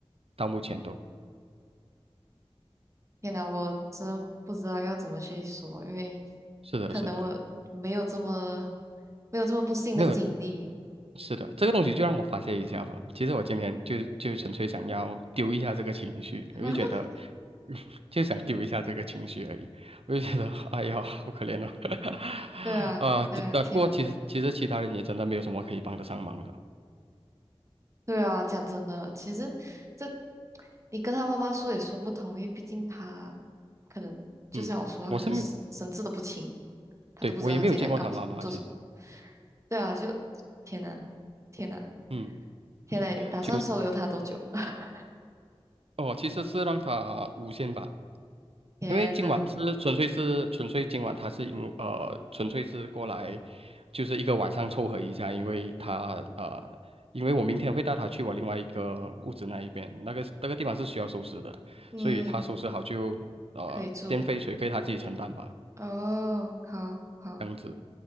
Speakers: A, on the right; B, on the right.
A: 到目前都
B: 天呐，我真的不知道要怎么去说，因为
A: 是的，
B: 可能我没有这么
A: 是的，
B: 没有这么不幸的经历。
A: 没有是的，这个东西就让我发泄一下吧。其实我今天就就纯粹想要丢一下这个情绪，
B: <laughs>
A: 我就觉得，<laughs> 就想丢一下这个情绪而已。我就觉得，<laughs> 哎呀，好可怜哦。<laughs>
B: 对啊，
A: 啊，这啊，
B: 对啊，天呐，
A: 不过其实其实其他人也真的没有什么可以帮得上忙的。
B: 对啊，讲真的，其实这你跟他妈妈说也说不通，因为毕竟他可能就像我说，
A: 嗯，
B: 他可能神神志都不清，
A: 我是没，
B: 他都不知道他自己在干什么做什么。
A: 对，我也没有见过他妈妈，其实，
B: 对啊，就天呐，天呐，
A: 嗯，
B: 天呐！你打算收留他多久？
A: 就
B: <laughs>
A: 哦，其实是让他无限吧。
B: 天呐，
A: 因为今晚是纯粹是纯粹今晚他是因呃纯粹是过来，就是一个晚上凑合一下，因为他呃因为我明天会带他去我另外一个屋子那一边，那个那个地方是需要收拾的，
B: 嗯，
A: 所以他收拾好就呃电费水费他自己承担吧，
B: 可以住哦，好好，
A: 这样子，